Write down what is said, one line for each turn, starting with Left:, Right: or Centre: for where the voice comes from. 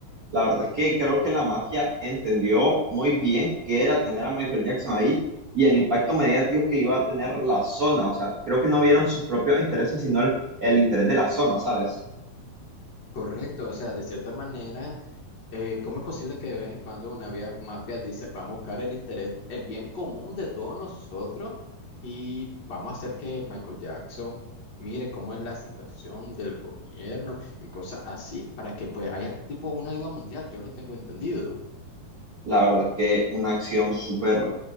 Right: la verdad es que creo que la mafia entendió muy bien qué era tener a Michael Jackson ahí y el impacto mediático que iba a tener la zona. O sea, creo que no vieron sus propios intereses, sino el, el interés de la zona, ¿sabes?
Left: Correcto, o sea, de cierta manera. Eh, ¿cómo es posible que de vez en cuando una via- mafia dice, vamos a buscar el interés, el bien común de todos nosotros y vamos a hacer que Michael Jackson mire cómo es la situación del gobierno y cosas así para que pues haya tipo una ayuda mundial? Yo lo tengo entendido.
Right: La verdad es que una acción súper,